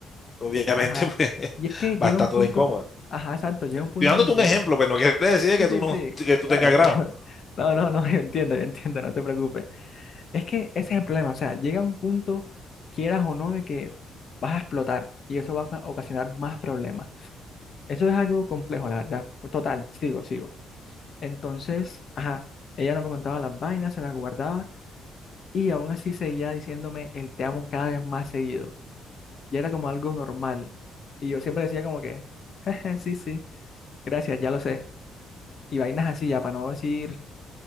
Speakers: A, on the left; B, on the left.
A: obviamente,
B: ajá.
A: <laughs> pues
B: Y es que llega
A: va a estar
B: un
A: todo
B: punto,
A: incómoda.
B: ajá, exacto, llega
A: Estoy
B: un punto
A: dándote
B: donde,
A: un ejemplo, pero no quiere decir
B: sí,
A: que
B: sí,
A: tú no,
B: sí,
A: que tú
B: claro,
A: tengas
B: claro.
A: grado.
B: <laughs> No, no, no, <laughs> yo entiendo, yo entiendo, no te preocupes. Es que ese es el problema, o sea, llega un punto, quieras o no, de que vas a explotar y eso va a ocasionar más problemas. Eso es algo complejo, la verdad. Total, sigo, sigo. Entonces, ajá, ella no me contaba las vainas, se las guardaba y aún así seguía diciéndome el te amo cada vez más seguido. Y era como algo normal. Y yo siempre decía como que, <laughs> sí, sí, gracias, ya lo sé. Y vainas así, ya para no decir